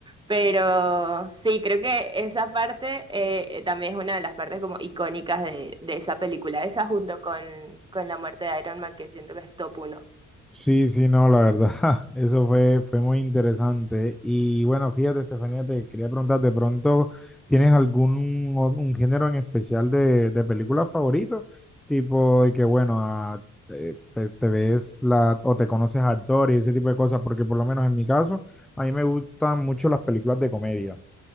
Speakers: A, on the right; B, in the centre.
A: Pero sí, creo que esa parte eh, también es una de las partes como icónicas de, de esa película, esa junto con, con la muerte de Iron Man que siento que es top uno.
B: Sí, sí, no, la verdad, <laughs> eso fue, fue muy interesante. Y bueno, fíjate, Estefanía, te quería preguntar, ¿de pronto tienes algún o- un género en especial de, de película favorito? Tipo de que, bueno, a- eh, te, te ves la, o te conoces a actores y ese tipo de cosas, porque por lo menos en mi caso, a mí me gustan mucho las películas de comedia.